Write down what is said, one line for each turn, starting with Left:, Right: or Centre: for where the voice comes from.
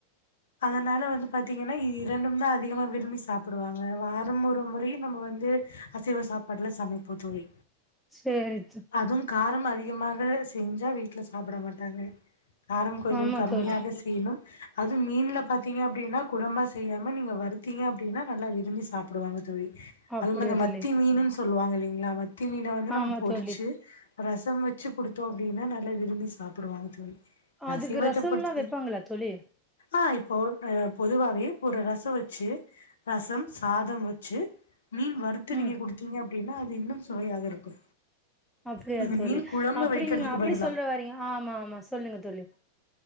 Left: அதனால வந்து பாத்தீங்கன்னா இரண்டும் தா அதிகமா விரும்பி சாப்பிடுவாங்க வாரம் ஒரு மு றை நம்ம வந்து அசைவ சாப்பாடுல சமைப் ப்போ தோழி
Centre: சேரி தோ
Left: அதும் காரம் அதிகமாக செஞ்சா வீட்ல சாப்பட மாட்டாங்க காரம் கொஞ்சம்
Centre: ஆமா
Left: கம்மியாக
Centre: தோழி
Left: செய்யணும் அதுவு மீன்ல பாத்தீங்க அப்டின்னா குரும்மா செய்யாம நீங்க வறுத்தீங்க அப்புடின்னா நல்லா விரும்பி சாப்புடுவாங்க தோழி
Centre: அப்டியா
Left: அதுவு இந்த
Centre: தோழி
Left: மத்தி மீனுன் சொல் சொல்லுவாங்க இல்லிங்ளா ம த்தி மீன வந்து நம்ம
Centre: ஆமா
Left: பொரிச்சு
Centre: தோழி
Left: ரசம் வச்சு குடுத்தோ அப்டின்னா நல்லா விரும்பி சாப்புடுவாங்க தோழி
Centre: அதுக்கு
Left: அசைவத்த
Centre: ரசல்லா
Left: பொறுத்த
Centre: வப்பாங்களா தோழி
Left: ஆ இப்போ அ பொதுவாவே ஒரு ரச வச்சு ரசம் சாதம் வச்சு மீன் வறுத்து
Centre: ம்
Left: நீங்க குடுத்தீங்க அப்டின்னா அது இன்னு சுவையா இருக்கு
Centre: அப்டி
Left: நீங்க
Centre: அது தோழி
Left: மீன் குழம்பு
Centre: அப்டி
Left: வைக்கிறதுக்கு
Centre: நீங்க அப்டி
Left: பதிலா
Centre: சொல்லவரீங்க ஆமாமா சொல்லுங்க தோழி